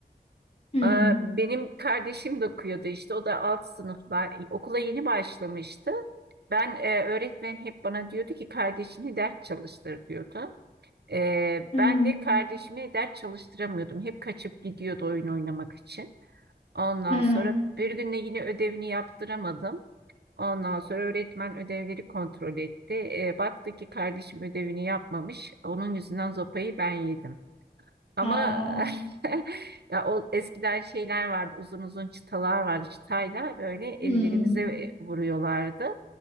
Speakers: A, on the left; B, on the right.
A: Hmm.
B: Aa, Benim kardeşim de okuyordu işte. O da alt sınıflar. Okula yeni başlamıştı. Ben e, öğretmen hep bana diyordu ki kardeşini ders çalıştır diyordu. E,
A: Hmm.
B: ben de kardeşimi ders çalıştıramıyordum. Hep kaçıp gidiyordu oyun oynamak için. Ondan
A: Hmm.
B: sonra bir gün de yine ödevini yaptıramadım. Ondan sonra öğretmen ödevleri kontrol etti. E, baktı ki kardeşim ödevini yapmamış. Onun yüzünden zopayı ben yedim. Ama
A: Ha.
B: <laughs> ya o eskiden şeyler vardı, uzun uzun çıtalar vardı. Çıtayla böyle ellerimize
A: Hmm.
B: e, vuruyorlardı.